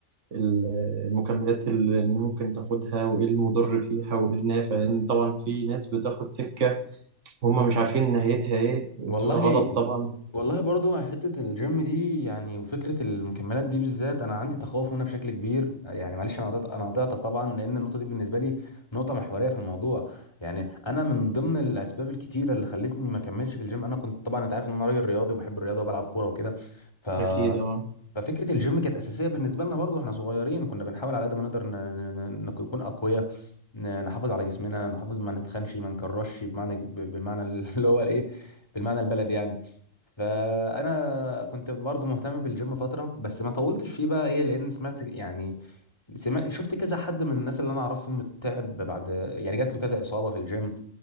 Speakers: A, on the right; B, on the left.
A: ال- المكملات اللي ممكن تاخدها وايه المضر فيها وايه النافع لان طبعا في ناس بتاخد سكة هما مش عارفين نهايتها ايه وبتبقى
B: والله
A: غلط طبعا
B: والله برضو حتة الجيم دي يعني وفكرة المكملات دي بالذات أنا عندي تخوف منها بشكل كبير يعني معلش أنا قطعت أنا قطعتك طبعا لأن النقطة دي بالنسبة لي نقطة محورية في الموضوع يعني أنا من ضمن الأسباب الكتيرة اللي خلتني ما أكملش في الجيم أنا كنت طبعا أنت عارف إن أنا راجل رياضي وبحب الرياضة وبلعب كورة وكده ف...
A: اكيد اه
B: ففكرة الجيم كانت أساسية بالنسبة لنا برضو إحنا صغيرين كنا بنحاول على قد ما نقدر ن... ن... ن... نكون أقوياء ن- نحافظ على جسمنا نحافظ ما نتخنش ما نكرش بمعنى ج- ب- بالمعنى اللي هو الإيه بالمعنى البلدي يعني فانا كنت برضو مهتم بالجيم فتره بس ما طولتش فيه بقى ايه لان سمعت يعني سمعت شفت كذا حد من الناس اللي انا اعرفهم تعب بعد يعني جات له كذا اصابه في الجيم